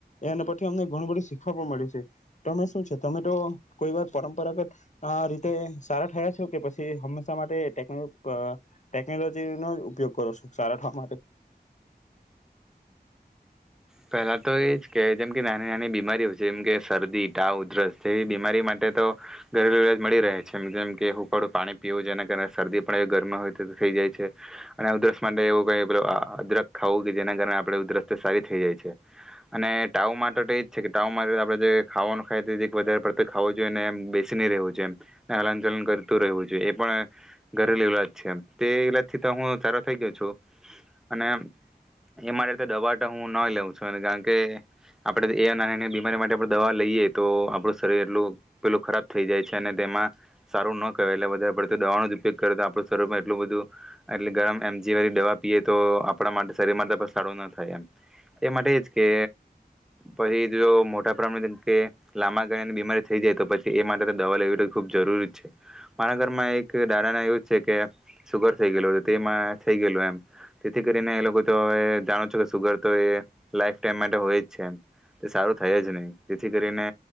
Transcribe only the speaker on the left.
એના પરી અમને ઘણું બધું શીખવા પણ મળ્યું છે તમે શું છે તમે તો કોઈ વાર પરંપરાગત રીતે સારા થયા છો કે પછી હંમેશા માટે ટેકનો. અ ટેકનોલોજીનોો ઉપયોગ કરો છો સારા થવા માટે.